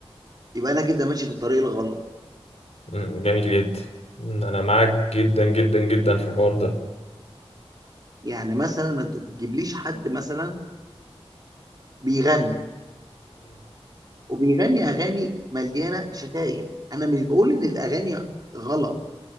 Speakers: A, on the right; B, on the left.
A: يبقى انا كده ماشي في الطريق الغلط
B: مم. جميل جدا مم. أنا معاك جدا جدا جدا في الحوار ده
A: يعني مثلا ما تجيبليش حد مثلا بيغني وبيغني اغاني مليانه شتايم انا مش بقول ان الاغاني غلط